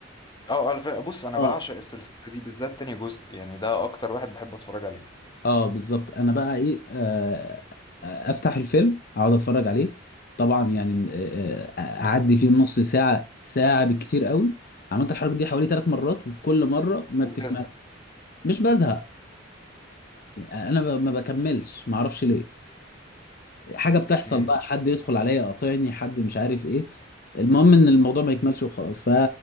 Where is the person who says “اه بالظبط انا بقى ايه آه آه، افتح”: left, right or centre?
Left